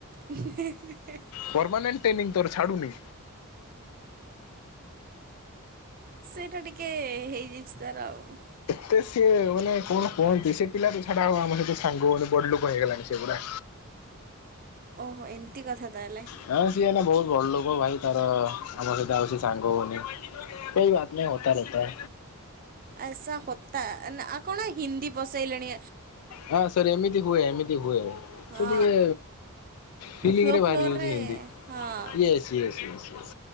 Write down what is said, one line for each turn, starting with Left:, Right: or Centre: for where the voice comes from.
Right: ହ <inaudible>
Left: ପରମାନେଣ୍ଟ ଟ୍ରେନିଂ ତୋର ଛାଡ଼ୁନି
Right: ସେଇଟା ଟିକେ୍ ହେଇଯାଇଛି ତାର ଆଉ
Left: ଯେ ସିଏ ମାନେ କଣ କୁହନ୍ତି ସେ ପିଲା ତ ଛାଡ଼ ଆଉ ଆମ ସହିତ ସାଙ୍ଗ ହେଉନି ବଡ଼ ଲୋକ ହେଇଗଲାଣି ସେପୁରା
Right: ଓହୋ ଏମିତି କଥା ତାହେଲେ
Left: ହଁ ସିଏ ନା ବହୁତ ବଡ଼ ଲୋକ ଭାଇ ତାର ଆମ ସହିତ ଆଉ ସେ ସାଙ୍ଗ ହଉନି କୋଇ ବାତ ନେହି ହେତା ରେତା
Right: ଐସା ହେତା ଆଉ କଣ ହିନ୍ଦୀ ବସେଇଲେଣି
Left: ହଁ ସରି ଏମିତି ହୁଏ ଏମିତି ହୁଏ
Right: ହଁ।
Left: ସେ ଟିକେ ଫିଲ୍ମରେ
Right: ଫ୍ଲୋ
Left: ବାହାରିଵ
Right: ଫ୍ଲୋରରେ
Left: ସିଏ ଏମିତି
Right: ହଁ।
Left: ଇଏସେ୍ ଇଏସେ୍